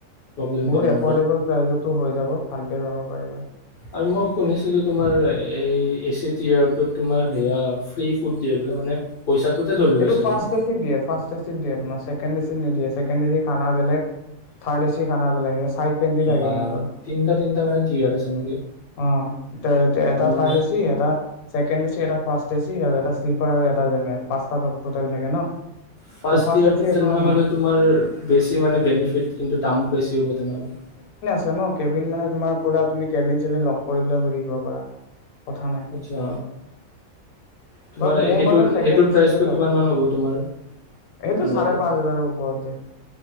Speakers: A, on the left (about 65°); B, on the left (about 80°).
A: প্ৰব্লেম
B: বহুত
A: পাম ন।
B: এফৰ্ডেবল প্ৰাইজতো হৈ যাব। ভালকে যাব পাৰিবা।
A: আৰু মই শুনিছিলো, তোমাৰ এই এচিড ইয়েৰটো তোমাৰ সেয়া ফ্ৰিফুড দিয়ে বোলে মানে পইচাটোতে ধৰি
B: সেইটো
A: লয় চাগে
B: ফাষ্ট
A: ন
B: এচিড দিয়ে, ফাষ্ট এচিড দিয়ে তোমাৰ ছেকেণ্ড ছেকেণ্ড এচিড নিদিয়ে, ছেকেণ্ড এচিড খানা বেলেগ, থাড এচিড খানা বেলেগ থাড টুৱেন্টি থাকে
A: বা
B: সিহতৰ,
A: তিনিটা তিনিটা মানে টিয়াৰ আছে নেকি?
B: অ এটা
A: মানে
B: থাড এচিড এটা ছেকেণ্ড এচিড এটা ফাৰ্ষ্ট এ চি, আৰু এটা শ্লিপাৰ আৰু এটা জেনেৰেল। টোটেল থাকে ন
A: ফাৰ্ষ্ট
B: ত'
A: ইয়েৰটোত
B: এচি এখনত
A: তেনেহ'লে
B: নাই।
A: তোমাৰ বেছি মানে বেনিফিট কিন্তু দামো বেছি হ'ব তেনেহ'লে
B: জানো, কেবিন মানে তোমাৰ পুৰা তুমি কেবিন চেবিন লগ কৰি পেলাই শুই থাকিব পাৰা। কথা নাই,
A: আচ্ছা তোমাৰ
B: বাট মোৰ
A: সেইটোৰ,
B: মতে ছেকেণ্ড
A: সেইটো
B: এচিতে
A: প্ৰাইজ সেইটো
B: যাবা।
A: কিমান মান হ'ব, তোমাৰ
B: এইটো
A: আন্দাজত
B: চাৰে পাঁচ হাজাৰৰ ওপৰত যায়,